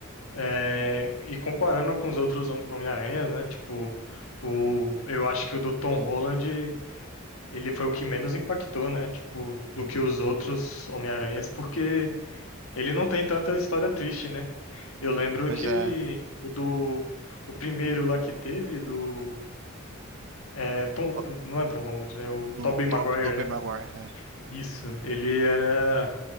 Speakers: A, on the left; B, on the right.
A: É, e comparando com os outros Hom- Homem-Aranhas, né? Tipo, o, eu acho que o do Tom Holland, ele foi o que menos impactou, né? Tipo, do que os outros Homem-Aranhas, porque ele não tem tanta história triste, né? Eu lembro
B: Pois
A: que
B: é.
A: o do o primeiro lá que teve, do é, Tom,
B: To-
A: não é Tom Holland, né? O
B: Do
A: Tobey Maguire,
B: Tob Tobey
A: né?
B: Maguire.
A: Isso, ele era,